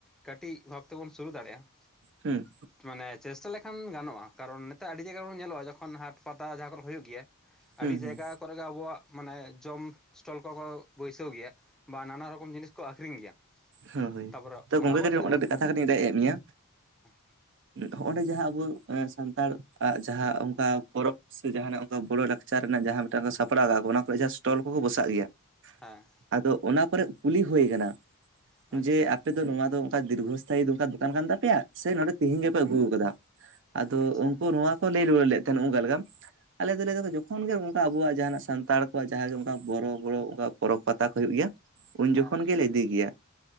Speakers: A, in the centre; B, on the right.
A: ᱠᱟᱹᱴᱤᱡ ᱵᱷᱟᱵ ᱛᱮᱵᱚᱱ ᱥᱩᱨᱩ ᱫᱟᱲᱮᱭᱟᱜ-ᱟ
B: ᱦᱩᱸ
A: ᱢᱟᱱᱮ ᱪᱮᱥᱴᱟ ᱞᱮᱠᱷᱟᱱ ᱜᱟᱱᱚᱜ-ᱟ ᱠᱟᱨᱚᱱ ᱱᱮᱛᱟᱨ ᱟᱹᱰᱤ ᱡᱟᱭᱜᱟ ᱨᱮ ᱵᱚᱱ ᱧᱮᱞᱚᱜ-ᱟ ᱡᱚᱠᱷᱚᱱ ᱦᱟᱴ ᱯᱟᱛᱟ ᱡᱟᱦᱟᱸ ᱠᱚᱨᱮ ᱦᱩᱭᱩᱜ ᱜᱮᱭᱟ
B: ᱦᱩᱸ
A: ᱟᱹᱰᱤ
B: ᱦᱩᱸ
A: ᱡᱟᱭᱜᱟ ᱠᱚᱨᱮᱜ ᱟᱵᱚᱣᱟᱜ ᱢᱟᱱᱮ ᱡᱚᱢ ᱥᱴᱚᱞ ᱠᱚᱠᱚ ᱵᱟᱹᱭᱥᱟᱹᱣ ᱜᱮᱭᱟ ᱵᱟ ᱱᱟᱱᱟ ᱨᱚᱠᱚᱢ ᱡᱤᱱᱤᱥ ᱠᱚ ᱟᱠᱷᱨᱤᱧ ᱜᱮᱭᱟ
B: ᱦᱳ ᱦᱳᱭ
A: ᱛᱟᱯᱚᱨᱮ
B: ᱛᱳ ᱜᱚᱝᱠᱮ
A: ᱚᱱᱟ ᱠᱚ
B: ᱠᱟᱹᱴᱤᱡ
A: ᱡᱩᱫᱤ
B: ᱦᱚᱸᱰᱮ
A: ᱵᱚ
B: ᱠᱟᱛᱷᱟ ᱠᱟᱹᱴᱤᱡ ᱤᱧ ᱨᱮᱡ ᱮᱫ ᱢᱮᱭᱟ
A: <inaudible>
B: ᱦᱚᱜ ᱚᱰᱮ ᱡᱟᱦᱟᱸ ᱟᱵᱚ ᱮᱸ ᱥᱟᱱᱛᱟᱲ ᱟᱸ ᱡᱟᱦᱟᱸ ᱚᱱᱠᱟ ᱯᱚᱨᱚᱵᱽ ᱥᱮ ᱡᱟᱦᱟᱱᱟᱜ ᱚᱝ <unintelligible> ᱞᱟᱠᱪᱟᱨ ᱨᱮᱱᱟᱜ ᱡᱟᱦᱟᱸ ᱢᱤᱫᱴᱟᱝ ᱫᱚ ᱥᱟᱯᱲᱟᱣ ᱫᱟ ᱵᱚ ᱚᱱᱟ ᱠᱚ ᱡᱟ ᱥᱴᱚᱞ ᱠᱚᱠᱚ ᱵᱚᱥᱟᱜ ᱜᱮᱭᱟ
A: ᱦᱮᱸ
B: ᱟᱫᱚ ᱚᱱᱟ ᱠᱚᱨᱮᱜ ᱠᱩᱞᱤ ᱦᱩᱭ ᱠᱟᱱᱟ
A: ᱟᱪᱪᱷᱟ
B: ᱡᱮ ᱟᱯᱮ ᱫᱚ ᱱᱚᱣᱟ ᱫᱚ ᱚᱱᱠᱟ ᱫᱤᱨᱜᱚ ᱤᱥᱛᱷᱟᱭᱤ ᱫᱚᱠᱟᱱ ᱠᱟᱱ ᱛᱟᱯᱮᱭᱟ ᱥᱮ ᱱᱚᱸᱰᱮ ᱛᱤᱦᱤᱧ ᱜᱮᱯᱮ ᱟᱹᱜᱩᱣ ᱠᱟᱫᱟ ᱟᱫᱚ
A: ᱟᱪᱪᱷᱟ
B: ᱩᱱᱠᱩ ᱱᱚᱣᱟ ᱠᱚ ᱞᱟᱹᱭ ᱨᱩᱣᱟᱹᱲ ᱞᱮᱫ ᱛᱮᱱ ᱚᱱᱠᱟ ᱞᱮᱠᱟ ᱟᱞᱮ ᱫᱚ ᱞᱟᱹᱭ ᱫᱟᱞᱮ ᱡᱚᱠᱷᱚᱱ ᱜᱮ ᱚᱱᱠᱟ ᱟᱵᱚᱣᱟᱜ ᱡᱟᱦᱟᱱᱟᱜ ᱥᱟᱱᱛᱟᱲ ᱠᱚ ᱡᱟᱦᱟᱸ ᱜᱮ ᱚᱱᱠᱟ ᱵᱚᱨᱚ ᱵᱚᱨᱚ ᱚᱱᱠᱟ ᱯᱚᱨᱚᱵᱽ ᱯᱟᱛᱟ ᱠᱚ ᱦᱩᱭᱩᱜ ᱜᱮᱭᱟ ᱩᱱ
A: ᱦᱮᱸ
B: ᱡᱚᱠᱷᱚᱱ ᱜᱮᱞᱮ ᱤᱫᱤ ᱜᱮᱭᱟ